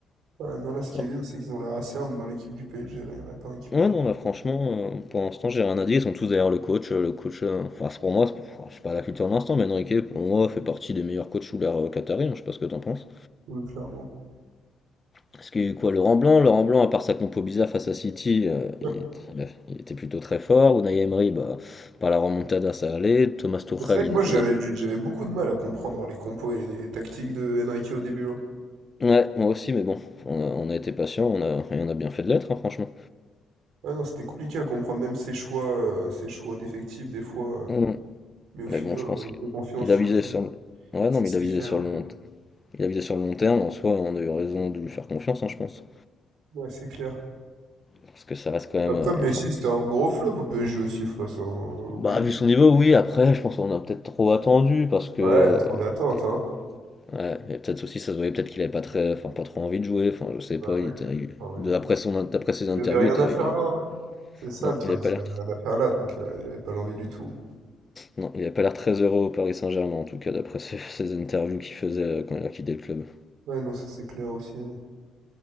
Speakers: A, on the right (about 85°); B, on the left (about 25°).
A: Ah, non, là, ce qui
B: Genre,
A: est bien, c'est qu'ils ont l'air assez humbles dans l'équipe du PSG. Là, il n'y en a pas un qui prend
B: Ouais,
A: la
B: non, bah, franchement, euh, pour l'instant, j'ai rien à dire. Ils sont tous derrière le coach. euh, Le coach, euh, enfin, c'est pour moi, c'est pour- enfin, je sais pas la culture de l'instant, mais Enrique, pour moi, fait partie des meilleurs coachs sous l'ère euh, qatari. hein, je sais pas ce que t'en penses.
A: boule, clairement.
B: Parce qu'il quoi, Laurent Blanc? Laurent Blanc, à part sa compo bizarre face à City, euh,
A: <laughs>
B: il, était il était plutôt très fort. Unai Emery, bah, par la remontada, ça allait. Thomas Tuchel,
A: Mais c'est vrai que
B: il
A: moi,
B: nous
A: j'avais
B: fait notre
A: du- j'avais beaucoup de mal à comprendre les compos et les, les tactiques de Enrique au début. hein.
B: Ouais, moi aussi, mais bon, on a, on a été patient, on a, et on a bien fait de l'être, hein, franchement.
A: Ah non, c'était compliqué à comprendre, même ses choix, euh, ses choix d'effectifs, des fois. euh,
B: Mm.
A: mais au final,
B: Mais bon,
A: on
B: je pense
A: lui fait confiance,
B: qu'il
A: je
B: a
A: crois
B: visé
A: que
B: sur le... Ouais,
A: c'est
B: non, mais
A: ce
B: il
A: qu'il
B: a visé
A: fait.
B: sur
A: Ouais,
B: le long... Il a visé sur le long terme, en soi, on a eu raison de lui faire confiance, hein, je pense.
A: Ouais, c'est clair.
B: Parce que ça reste quand même...
A: Après,
B: euh,
A: Messi,
B: enfin...
A: c'était un gros flop au PSG aussi, faut pas s'en
B: Bah,
A: oublier.
B: vu son niveau, oui, après, je pense qu'on a peut-être trop attendu, parce que...
A: Ouais, trop
B: euh,
A: d'attente,
B: et-
A: hein.
B: Ouais, et peut-être aussi, ça se voyait peut-être qu'il avait pas très... Enfin, pas trop envie de jouer, enfin, je sais
A: Ouais,
B: pas,
A: non,
B: il
A: il
B: était...
A: avait
B: il-
A: pas envie,
B: de-
A: ouais.
B: D'après son... D'après ses interviews,
A: Il avait rien
B: il était...
A: à faire
B: il avait-
A: là. hein. C'est ça
B: Non,
A: le truc,
B: il avait pas
A: il
B: l'air...
A: avait
B: très-
A: rien à faire là, donc euh, il avait pas l'envie du tout.
B: Non, il n'a pas l'air très heureux au Paris Saint-Germain, en tout cas, d'après ses, <laughs> ses interviews qu'il faisait euh, quand il a quitté le club.
A: Ouais, non, ça c'est clair aussi. hein.